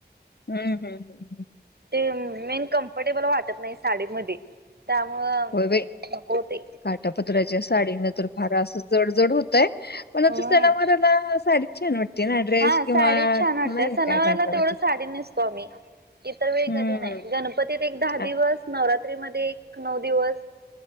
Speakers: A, on the left; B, on the right.
A: हम्म हम्म हम्म हम्म
B: ते मेन कम्फर्टेबल वाटत नाही साडीमध्ये त्यामुळं
A: होय बाइ
B: नको ते
A: काटापद्राच्या साडीन तर फार असच जड जड होतय, पण आता
B: अम
A: सणावाराला साडीच छान वाटते ना ड्रेस
B: हा
A: किंवा
B: साडी छान वाडतेय
A: नाही
B: सनावराला
A: काय चांगला
B: तेवढ
A: वाटत
B: साडी नेसतो आम्ही इतर वेळ
A: हम्म
B: कधी नाही गणपतीत एक दहा
A: आ-
B: दिवस नवरात जतेमध्ये एक नऊ दिवस